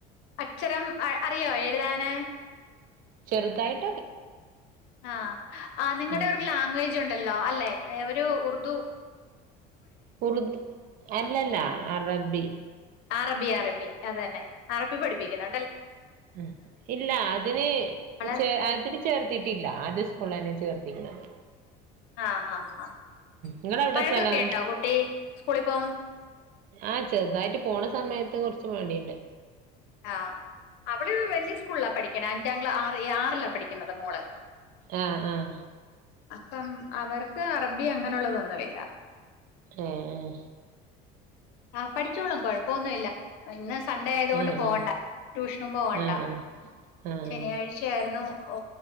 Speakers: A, on the left; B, on the right.
A: അക്ഷരം അറിയോ എഴുതാന്
B: ചെറ്തായിട്ട്
A: ആഹ് ആ നിങ്ങളുടെ
B: ഉം
A: ഒരു ലാംഗ്വേജ് ഉണ്ടല്ലോ അല്ലെ ഒരു ഉർദു
B: ഉറ്ദ് അല്ലല്ല അറബി
A: അറബി അറബി അതന്നെ അറബി പഠിപ്പിക്കുന്ന
B: ഉം ഇല്ല അതിന്
A: വള
B: ചെ അതിന് ചേർത്തിട്ടില്ല അത് പുള്ളന്നെ ചേർത്തിക്ക്ണത്
A: ആഹ് ആഹ് ഹ
B: ഇങ്ങളെവിടെ
A: വഴക്കൊക്കെ
B: സ്ഥലം
A: ഉണ്ടോ കുട്ടി സ്കൂളിൽ പോ
B: ആഹ് ചെറുതായിട്ട് പോണ സമയത്ത് കൊറച്ച് മടി ഇണ്ട്.
A: ആഹ് അവള് വലിയ സ്കൂളിലാ പഠിക്കണെ അഞ്ചാം ക്ലാ ആ ആറിലാ പഠിക്കുന്നത് മോള്.
B: ആഹ് ആഹ്.
A: അപ്പം അവർക്ക് അറബി അങ്ങനെുള്ളതൊന്നുവില്ല.
B: ഏഹ്.
A: ആഹ് പഠിച്ചോളും കൊഴപ്പൊന്നുല്ല ഇന്ന് സൺഡേ ആയത് കൊണ്ട്
B: ആ
A: പോവണ്ട
B: ആ
A: ട്യൂഷനും പോവണ്ട.
B: ആ ആ ആ ആ
A: ശനിയാഴ്ചയായിരുന്നു ഓ